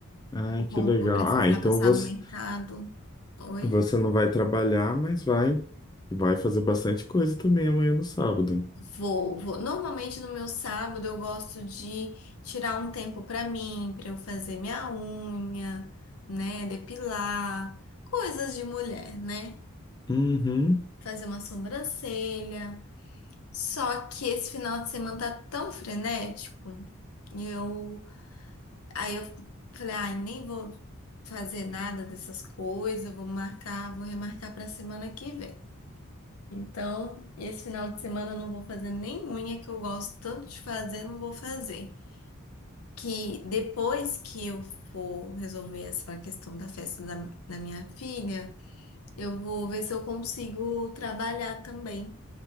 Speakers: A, on the left (about 20°); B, on the left (about 80°).
A: Ai,
B: vou com-
A: que legal.
B: vou precisar
A: Ah, então
B: passar
A: você,
B: no mercado. Oi?
A: você não vai trabalhar, mas vai, vai fazer bastante coisa também amanhã no sábado.
B: Vou, vou. Normalmente no meu sábado eu gosto de tirar um tempo pra mim, pra eu fazer minha unha, né, depilar, coisas de mulher, né?
A: Uhum.
B: Fazer uma sobrancelha. Só que esse final de semana tá tão frenético, e eu aí eu falei, ai, nem vou fazer nada dessas coisas, vou marcar, vou remarcar pra semana que vem. Então, esse final de semana eu não vou fazer nem unha que eu gosto tanto de fazer, não vou fazer. Que depois que eu for resolver essa questão da festa da, da minha filha, eu vou ver se eu consigo trabalhar também.